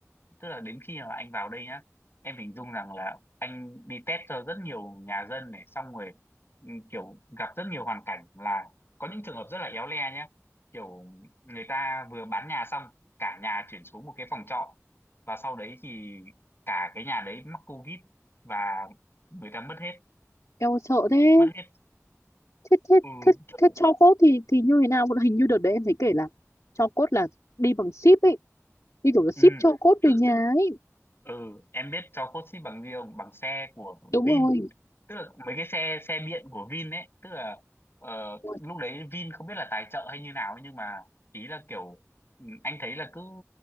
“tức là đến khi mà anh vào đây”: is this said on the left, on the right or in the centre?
Left